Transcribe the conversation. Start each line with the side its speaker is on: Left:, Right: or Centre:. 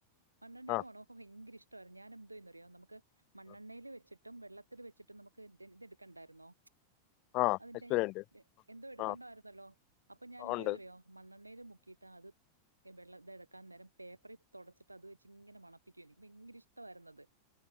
Right: മണ്ണെണ്ണയുടെ
Left: ആ
Right: മണക്കെ ഭയങ്കരഷ് <unintelligible> ഞാന് എന്തേന്ന്റിയോ നമ്മക്ക് മണ്ണെണ്ണയില്
Left: ആ,
Right: വെച്ചിട് ട്ടും വെള്ളത്തിൽ വെച്ചിട്ടും നമുക്ക് ത് ഇതെടുക്കണ്ടായിരുന്നോ?
Left: ആ
Right: അതിന്റെ
Left: എക്സ്പീരിയൻസ്
Right: ര് എന്തോ എടുക്കണ്ടായിരുന്നല്ലോ
Left: ആ
Right: അപ്പം ഞാൻ എന്തോന്നറിയോ
Left: ഉണ്ട്
Right: മണ്ണെണ്ണേൽ മുക്കിട്ട് അത് വെള്ളം ഇത എടുക്കാൻ നേരം പേപ്പറിൽ തൊടച്ചിട്ട് അത് വെച്ച് ഇങ്ങനെ മണപ്പിക്കും, <unintelligible> ഭയങ്കര ഇഷ്ടാരുന്നു അത്,